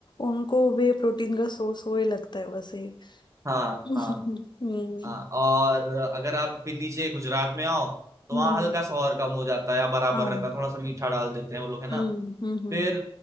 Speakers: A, on the left (about 50°); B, on the right (about 30°).
A: उनको वे प्रोटीन का सोर्स वही लगता है वैसे
B: हाँ
A: हम्म
B: हाँ हाँ और अगर आप फिर नीचे गुजरात में आओ तो
A: हम्म
B: वहाँ हल्का सा और कम हो जाता है या बराबर
A: हाँ
B: रहता है थोड़ा सा मीठा डाल देते हैं वो लोग है
A: हम्म
B: ना
A: हम्म
B: फिर